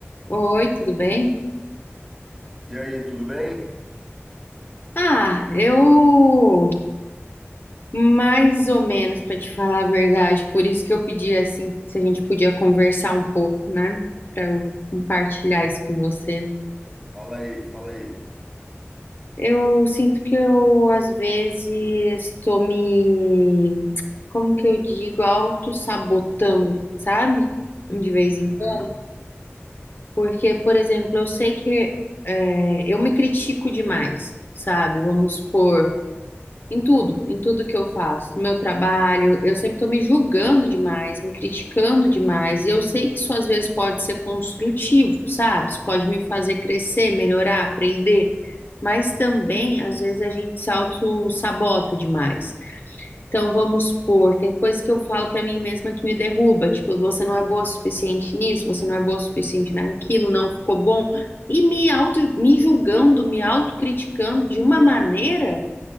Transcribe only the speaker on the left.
Oi, tudo bem?
Ah, eu mais ou menos para te falar a verdade, por isso que eu pedi assim, se a gente podia conversar um pouco, né? Para eu compartilhar isso com você.
Eu sinto que eu às vezes estou me, como que eu digo, auto-sabotando, sabe? De vez em
quando. Porque, por exemplo, eu sei que é, eu me critico demais, sabe? Vamos supor. Em tudo, em tudo que eu faço, no meu trabalho, eu sempre estou me julgando demais, me criticando demais, e eu sei que isso às vezes pode ser construtivo, sabe? Isso pode me fazer crescer, melhorar, aprender, mas também às vezes a gente se auto-sabota demais. Então vamos supor, tem coisas que eu falo para mim mesma que me derruba, tipo, você não é boa o suficiente nisso, você não é boa o suficiente naquilo, não ficou bom, e me auto, me julgando, me autocriticando de uma maneira